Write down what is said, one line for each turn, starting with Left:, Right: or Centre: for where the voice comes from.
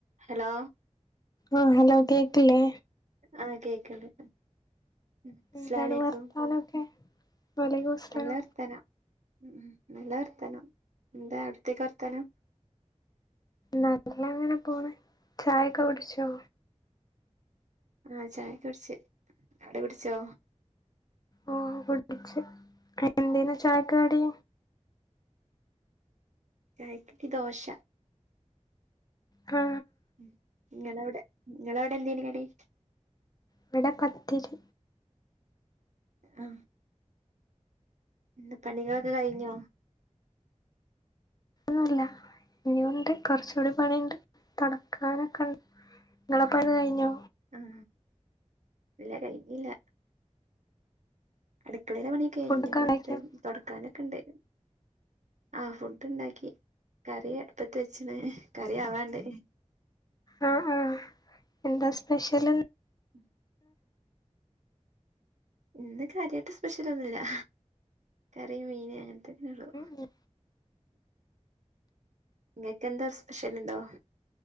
Right: Hello
Left: ആ hello കേക്കലേ
Right: ആ കേക്കണ് അസ്സലാമു
Left: എന്താണ്
Right: അലൈക്കും
Left: വർത്താനൊക്കെ വലൈക്കും സ്ലാം
Right: നല്ല വർത്താനം മം നല്ല വർത്തനം എന്താ അവിടത്തേക്ക് വർത്തനം
Left: നല്ല അങ്ങനെ പോണ് ചായൊക്കെ കുടിച്ചോ
Right: ആ ചായക്ക കുടിച്ച് അവിടെ കുടിച്ചോ
Left: ഓ കുടിച്ച് എന്താന് ചായക്ക് കടി
Right: ചായക്ക് ദോശ
Left: ആ
Right: മം നിങ്ങൾ അവിടെ നിങ്ങളവിടെ എന്തോന് കടി
Left: ഇവിടെ പത്തിരി
Right: ആ എന്ത പണികളൊക്കെ കഴിഞ്ഞോ
Left: ഒന്നുല്ല ഇനിയുമുണ്ട് കൊറച്ചു കൂടി പണിയുണ്ട് തുടക്കാനൊക്കെ ണ്ട് നിങ്ങളെ പണി കഴിഞ്ഞോ
Right: ഉം ഇല്ല കഴിഞ്ഞില്ല അടുക്കളയില പണിയൊക്കെ കഴിഞ്ഞ്
Left: ഫുഡൊക്കെ
Right: പുറത്തെ
Left: ഉണ്ടാക്കിയോ
Right: തുൊടക്കാനൊക്കെ ഉണ്ട് ആ ഫുഡ് ഉണ്ടാക്കി കറി അടുപ്പത്ത് വെച്ചണ് കറി ആവാണ്ട്
Left: ആ ആ എന്താ സ്പെഷ്യൽ
Right: മം ഇന്ന് കാര്യായിട്ട് സ്പെഷ്യൽ ഒന്നുമില്ല കറി മീന് അങ്ങനത്തെനെയള്ളു
Left: മം
Right: ഇങ്ങൾക്ക് എന്താ ഒരു സ്പെഷ്യൽ ഇണ്ടോ